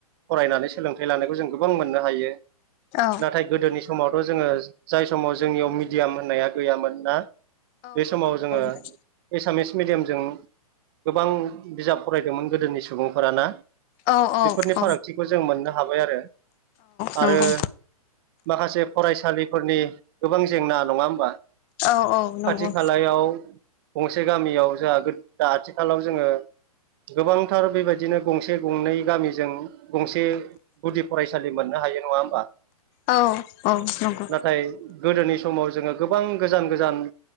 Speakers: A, on the right (about 40°); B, on the left (about 30°).
A: फरायनानै सोलोंथाइ लानायखौ जों गोबां मोननो हायो
B: औ
A: नाथाय गोदोनि समावथ' जोङो जाय समाव जोंनियाव मिडियाम होननाया गैयामोन ना
B: औ
A: बे समाव
B: नंगौ
A: जोङो
B: नोंथां
A: एसामिस मिडियामजों गोबां बिजाब फरायदोंमोन गोदोनि सुबुंफोराना
B: औ
A: बेफोरनि
B: औ
A: फारागथिखौ जों मोननो हाबाय आरो
B: नंगौ
A: आरो माखासे फरायसालिफोरनि गोबां जेंना नङा होमबा खाथि
B: औ औ नंगौ
A: खालायाव गंसे गामियाव जोंहा दा आथिखालाव जोङो गोबांथार बेबायदिनो गंसे गंनै गामिजों गंसे गुदि फरायसालि मोननो हायो नङा होमबा
B: औ औ नंगौ
A: नाथाय गोदोनि समाव जोङो गोबां गोजान गोजान